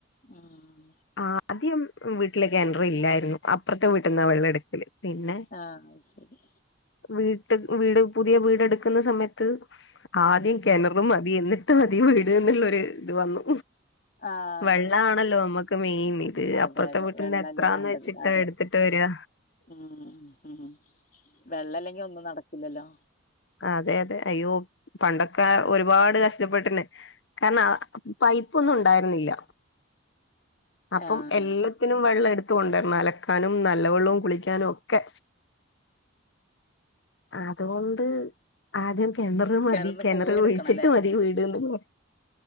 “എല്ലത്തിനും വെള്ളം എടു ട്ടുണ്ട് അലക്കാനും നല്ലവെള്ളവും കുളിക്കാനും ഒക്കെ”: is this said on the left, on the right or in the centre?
Left